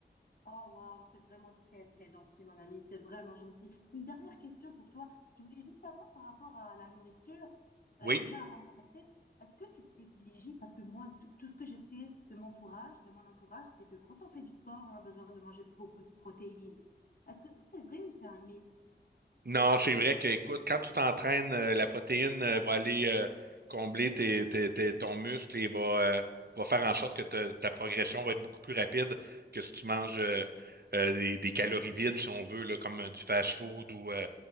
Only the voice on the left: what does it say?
Oh, waouh, c'est vraiment très, très gentil, mon ami. C'est vraiment gentil. Une dernière question pour toi. Je voulais juste savoir par rapport à la nourriture.
Euh, déjà, avant de commencer, est-ce que tu privilégies, parce que moi, t- tout ce que je sais de mon entourage, de mon entourage, c'est que quand on fait du sport, on a besoin de manger beaucoup de protéines. Est-ce que ça c'est vrai ou c'est un mythe?